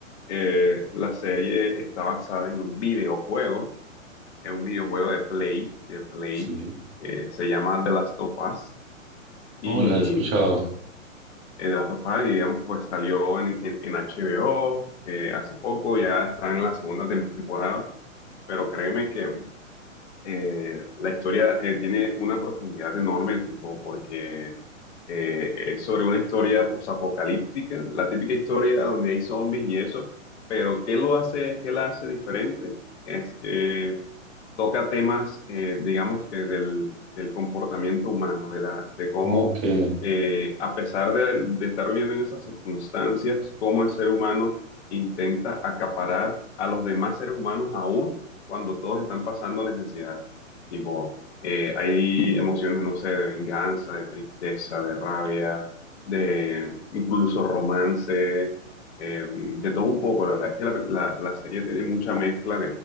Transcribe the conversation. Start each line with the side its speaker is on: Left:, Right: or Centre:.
Left: Eh, la serie está basada en un videojuego, en un videojuego de Play, de Play,
Right: Sí.
Left: eh, se llama The Last of Us, y
Right: Oh, la he escuchado.
Left: eh, The Last of Us, digamos que pues salió en, en- en HBO eh, hace poco, ya está en la segunda temporada, pero créeme que eh, la historia eh, tiene una profundidad enorme, tipo, porque eh, es sobre una historia posapocalíptica, la típica historia donde hay zombies y eso, pero ¿qué lo hace, qué la hace diferente? Es que toca temas, eh, digamos que del, del comportamiento humano, de la, de cómo,
Right: Ok. Te
Left: eh, a pesar de, de estar viviendo en esas circunstancias, cómo el ser humano intenta acaparar a los demás seres humanos aún cuando todos están pasando necesidad. Tipo, eh, hay emociones, no sé, de venganza, de tristeza, de rabia, de incluso romance, eh, de todo un poco. La verdad es que la, la- la serie tiene mucha mezcla